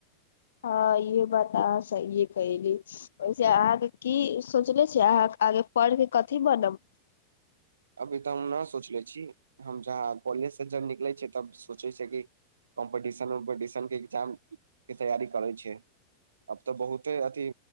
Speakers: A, on the left (about 65°); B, on the right (about 70°).
A: हँ इहे बात अहाँ सहिए कहली वैसे अहाँके की सोचले छी अहाँ आगे पढ़के कथि बनब
B: <inaudible> अभी तऽ हम न सोचले छी हम जहाँ कॉलेजसँ जब निकलै छियै तब सोचै छियै कि कम्पिटिशन उम्पिटिशन के एगजाम के तैयारी करै छै अब तऽ बहुते अथी